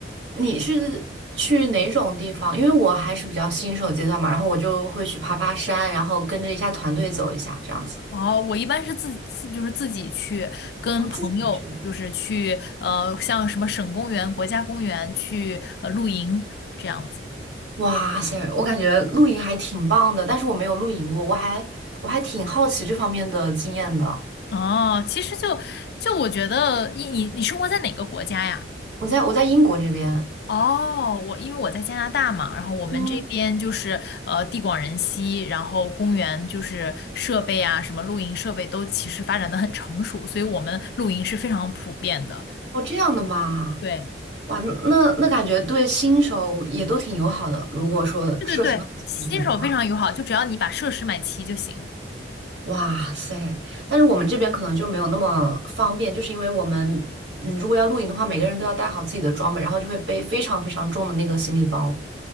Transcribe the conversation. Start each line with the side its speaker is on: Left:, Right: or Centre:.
Right: 你是去哪种地方？因为我还是比较新手阶段嘛，然后我就会去爬爬山，然后跟着一下团队走一下这样子。
Left: 哦，我一般是自己自就是自己去跟朋友，
Right: 我自己去。
Left: 就是去呃像什么省公园、国家公园去呃露营这样子。
Right: 哇塞，我感觉露营还挺棒的，但是我没有露营过，我还我还挺好奇这方面的经验的。
Left: 哦，其实就就我觉得，一你你生活在哪个国家呀？
Right: 我在我在英国这边，
Left: 哦，我因为我在加拿大嘛，然后我们这边就是呃地广人稀，
Right: 嗯。
Left: 然后公园就是设备啊，什么露营设备都其实发展的很成熟，所以我们露营是非常普遍的。
Right: 哦，这样的嘛，
Left: 对，
Right: 哇，那那那感觉对新手也都挺友好的。如果说设施都很齐全的话，
Left: 对对对，新手非常友好，就只要你把设施买齐就行。
Right: 哇塞！但是我们这边可能就没有那么方便，就是因为我们，嗯，如果要露营的话，每个人都要带好自己的装备，然后就会背非常非常重的那个行李包。